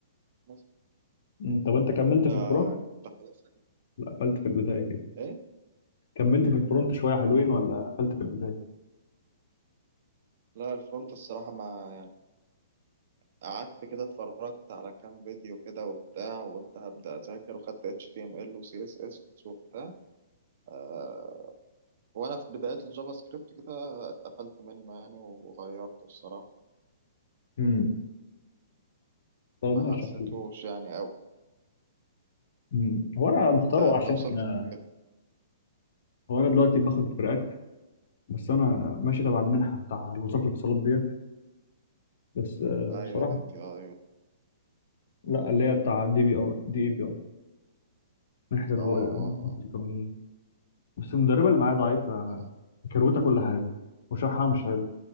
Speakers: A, on the right (about 55°); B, on the left (about 65°).
A: بس
B: مم. طب انت كملت
A: آه،
B: في الفرونت
A: انت خلاص
B: لا قفلت في البدايه كده
A: ايه
B: كملت في الفرونت شويه حلوين ولا قفلت في البدايه
A: لا الفرونت الصراحه ما قعدت كده اتفرجت على كام فيديو كده وبتاع وقلت هبدأ أذاكر وخدت HTML و CSS وبتاع آه وأنا في بدايات الجافا سكريبت كده اتقفلت منه يعني وغيرته الصراحة
B: امم طب
A: ما
B: ماشي
A: حسيتوش
B: حلو
A: يعني أوي
B: مم. هو انا مختاره
A: أنت أنت
B: عشان
A: وصلت
B: آه،
A: فين؟
B: هو انا دلوقتي باخد في React بس انا ماشي تبع المنحه بتاع وزاره الاتصالات ديت بس آه،
A: أيوه
B: بصراحه
A: ال NTI أيوه
B: لا اللي هي بتاع دي بي ار دي اي بي ار منحه الرواد
A: آه آه
B: القانونيه. بس المدربه اللي معايا ضعيفه
A: آه
B: كروته كل حاجه وشرحها مش حلو